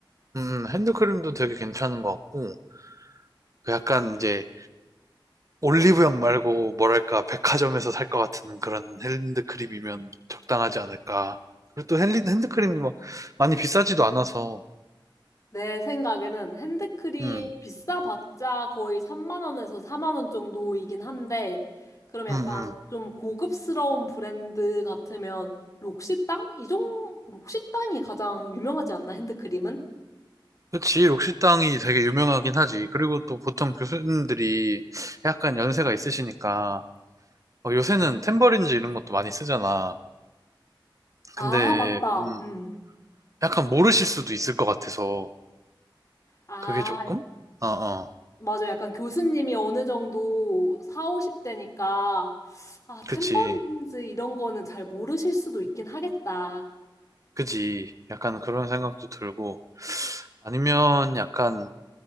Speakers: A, on the right; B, on the left.
A: 음, 핸드크림도 되게 괜찮은 것 같고, 그 약간 이제 올리브영 말고 뭐랄까 백화점에서 살 것 같은 그런 핸드크림이면 적당하지 않을까. 그리고 또 핸드, 핸드크림이 막 많이 비싸지도 않아서,
B: 내 생각에는 핸드크림
A: 음,
B: 비싸봤자 거의 3만 원에서 4만 원 정도이긴 한데, 그러면
A: 음,
B: 약간
A: 음.
B: 좀 고급스러운 브랜드 같으면 록시땅? 이 종, 록시땅이 가장 유명하지 않나, 핸드크림은?
A: 그치, 록시땅이 되게 유명하긴 하지. 그리고 또 보통 교수님들이 약간 연세가 있으시니까, 어, 요새는 탬버린즈 이런 것도 많이 쓰잖아.
B: 아,
A: 근데,
B: 맞다.
A: 음,
B: 음.
A: 약간 모르실 수도 있을 것 같아서,
B: 아.
A: 그게 조금? 어, 어,
B: 맞아. 약간 교수님이 어느 정도 4, 50대니까, 아, 탬버린즈
A: 그치.
B: 이런 거는 잘 모르실 수도 있긴 하겠다.
A: 그지. 약간 그런 생각도 들고, 아니면 약간,